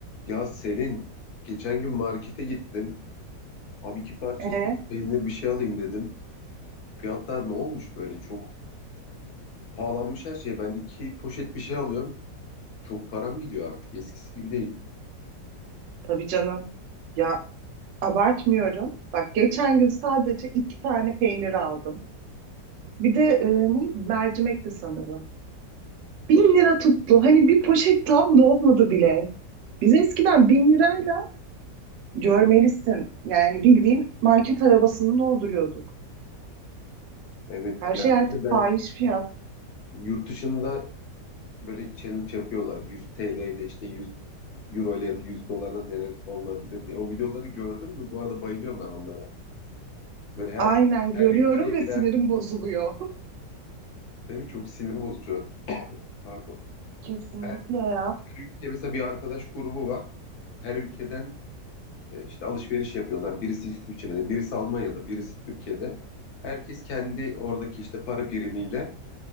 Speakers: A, on the left; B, on the right.
A: Ya Selin, geçen gün markete gittim. Abi iki parça
B: E,
A: süt peynir bir şey alayım dedim. Fiyatlar ne olmuş böyle? Çok pahalanmış her şey. Ben iki poşet bir şey alıyorum. Çok param gidiyor artık. Eskisi gibi değil.
B: tabii canım. Ya abartmıyorum. Bak geçen gün sadece iki tane peynir aldım. Bir de e, ne mercimekti sanırım. Bin lira tuttu. Hani bir poşet tam dolmadı bile. Biz eskiden bin lirayla görmelisin. Yani bildiğin market arabasını dolduruyorduk.
A: Evet
B: Her
A: ya
B: şey artık
A: şimdi ben
B: fahiş fiyat.
A: yurt dışında böyle challenge yapıyorlar. 100 TL ile işte 100 euro ile ya da 100 dolarla neler olabilir diye. O videoları gördün mü? Bu arada bayılıyorum ben onlara. Böyle her
B: Aynen
A: her
B: görüyorum
A: ülkeye
B: ve
A: birer
B: sinirim bozuluyor.
A: değil mi? Çok sinir bozucu. Pardon.
B: <laughs> Kesinlikle
A: Her
B: ya.
A: Her ülke mesela bir arkadaş grubu var. Her ülkeden e, işte alışveriş yapıyorlar. Birisi İsviçre'de, birisi Almanya'da, birisi Türkiye'de. Herkes kendi oradaki işte para birimiyle